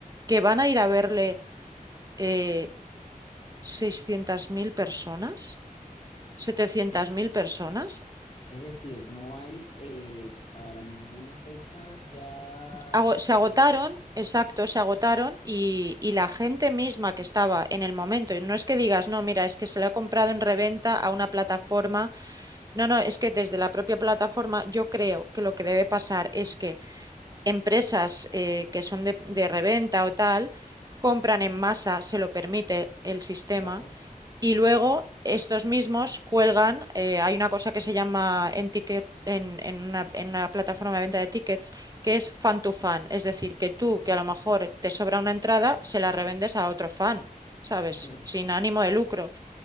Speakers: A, on the right; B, on the left.
A: ¿Que van a ir a verle eh, 600.000 personas? ¿setecientas
B: E-
A: mil personas?
B: Es decir, no hay eh, para ninguna fecha ya...
A: Ago- se
B: eh,
A: agotaron, exacto, se agotaron y, y la gente misma que estaba en el momento, y no es que digas, no, mira, es que se lo he comprado en reventa a una plataforma No, no, es que desde la propia plataforma yo creo que lo que debe pasar es que empresas eh, que son de, de reventa o tal, compran en masa, se lo permite el sistema,
B: claro.
A: y luego estos mismos cuelgan, eh, hay una cosa que se llama en ticket, en, en una, en una plataforma de venta de tickets, que es fan to fan, es decir, que tú, que a lo mejor te sobra una entrada, se la revendes a otro fan, ¿sabes?
B: Ok.
A: Sin ánimo de lucro